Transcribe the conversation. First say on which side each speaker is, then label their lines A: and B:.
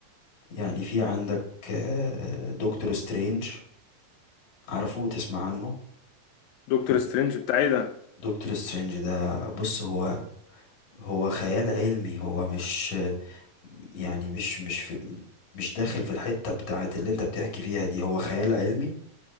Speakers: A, on the left (about 50°); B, on the left (about 90°).
A: يعني في عندك آه، دكتور سترينج عارفه تسمع عنه
B: دكتور
A: دك-
B: سترينج بتاع ايه ده
A: دكتور سترينج ده بص هو هو خيال علمي هو مش يعني مش مش في مش داخل في الحتة بتاعت اللي انت بتحكي فيها دي هو خيال علمي